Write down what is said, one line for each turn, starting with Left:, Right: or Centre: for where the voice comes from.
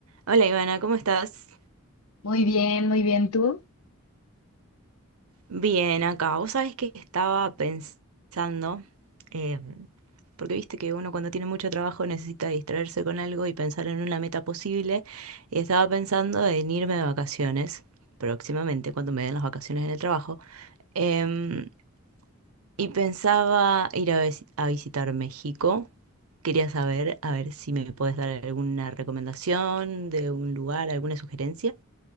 Right: Hola Ivana, ¿cómo estás?
Left: Muy bien, muy bien, ¿tú?
Right: Bien, acá. Vos sabés que estaba pensando, eh, porque viste que uno cuando tiene mucho trabajo necesita distraerse con algo y pensar en una meta posible, y estaba pensando en irme de vacaciones próximamente, cuando me den las vacaciones en el trabajo, em, y pensaba ir a, vis- a visitar México. Quería saber, a ver si me puedes dar alguna recomendación de un lugar, alguna sugerencia.